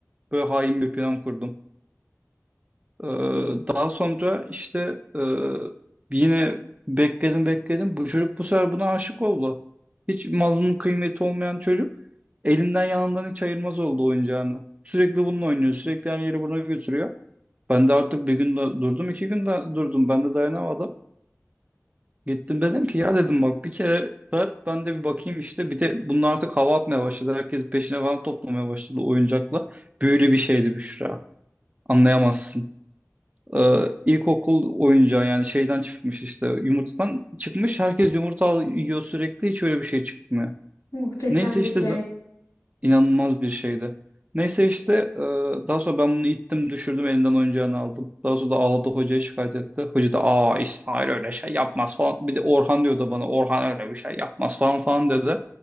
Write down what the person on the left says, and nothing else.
Muhteşem
bir şey.